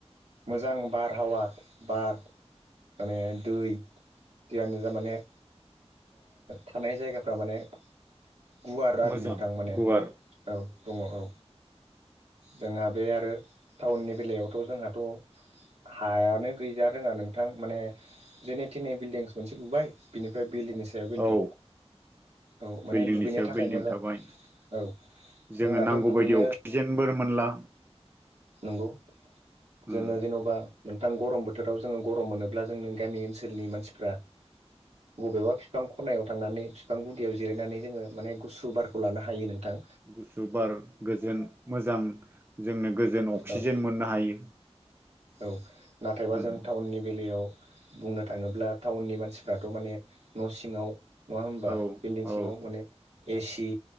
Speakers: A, on the right (about 70°); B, on the right (about 20°).
A: मोजां बारहावा बार माने दै बियावनो थारमाने थानाय जायगाफ्रा माने गुवार आरो
B: मोजां
A: नोंथां माने
B: गुवार
A: औ दङ औ जोंहा बे आरो टाउननि बेलायावथ' जोंहाथ' हायानो गैजा रोङा नोंथां माने जेनै थिनै बिल्डिंस मोनसे लुबाय बिनिफ्राय बिल्डिनिस सायाव बिल्डिं
B: औ
A: औ माने
B: बिल्डिंनि
A: दुगैनो
B: सायाव
A: थाखाय
B: बिल्डिं
A: मोजां
B: थाबाय
A: औ जोंनाथ'
B: जोङो नांगौबायदि
A: दुगैनो
B: अक्सिजेनबो मोनला
A: नंगौ
B: उम
A: जोङो जेन'बा नोंथां गरम बोथोराव जोङो गरम मोनोब्ला जोंनि गामि ओनसोलनि मानसिफ्रा बबेबा फिफां खनायाव थांनानै बिफां गुदियाव जिरायनानै जोङो माने गुसु बारखौ लानो हायो नों थां
B: गुसु बार गोजोन मोजां जोंनो गोजोन अक्सिजेन
A: औ
B: मोननो हायो।
A: औ नाथायबा
B: उम
A: जों टाउननि बेलायाव बुंनो थाङोब्ला टाउननि मानसिफ्राथ' माने न' सिङाव। नङा होमबा
B: औ
A: बिल्डिं
B: औ
A: सिङाव माने एसि।